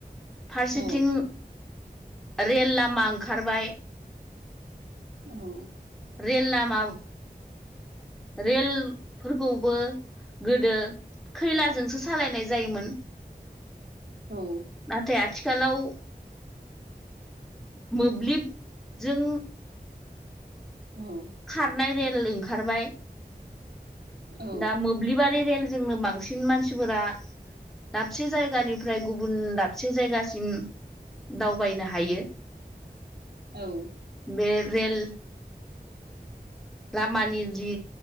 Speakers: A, in the centre; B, on the right (about 85°).
A: फारसेथिं
B: औ
A: रेल लामा ओंखारबाय
B: औ
A: रेल लामा रेलफोरखौबो गोदो खैलाजोंसो सालायनाय जायोमोन
B: औ
A: नाथाय आथिखालाव मोब्लिबजों
B: औ
A: खारनाय रेल ओंखारबाय
B: औ
A: दा मोब्लिबा रेलजोंनो बांसिन मानसिफोरा दाबसे जायगानिफ्राय गुबुन दाबसे जायगासिम दावबायनो हायो
B: औ
A: बेे रेल लामानि जि